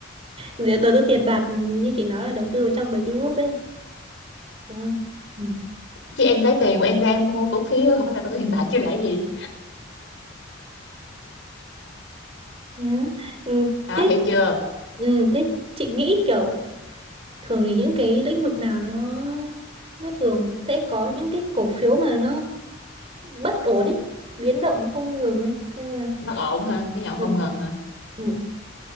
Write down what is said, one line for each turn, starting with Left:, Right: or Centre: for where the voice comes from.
Right: Để đầu tư tiền bạc như chị nói là đầu tư vào trong mấy cái group đấy đúng không ừ
Left: chứ em lấy tiền của em ra em mua cổ phiếu không phải là tôi <laughs> có tiền bạc chứ lẽ gì
Right: nhớ ừ.
Left: đó
Right: thế
Left: hiểu chưa
Right: ừ. thế chị nghĩ kiểu thường thì những cái lĩnh vực nào nó nó thường sẽ có những cái cổ phiếu mà nó bất ổn ấy biến động không ngừng ấy nên là
Left: bất ổn ha tiếng Nhật
Right: ừ
Left: không ngần ha
Right: ừ